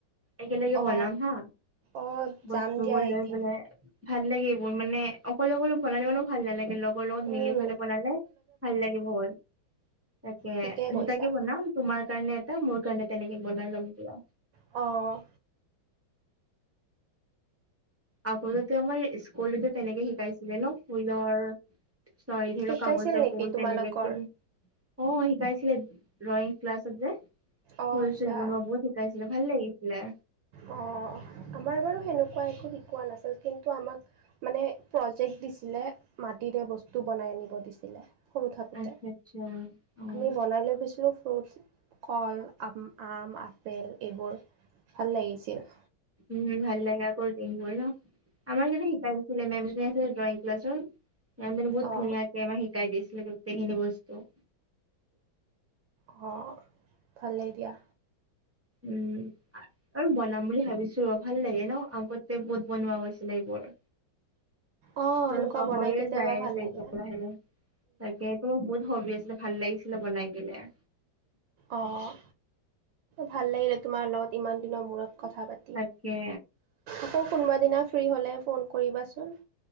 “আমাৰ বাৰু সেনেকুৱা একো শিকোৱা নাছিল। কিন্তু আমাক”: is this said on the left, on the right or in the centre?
Right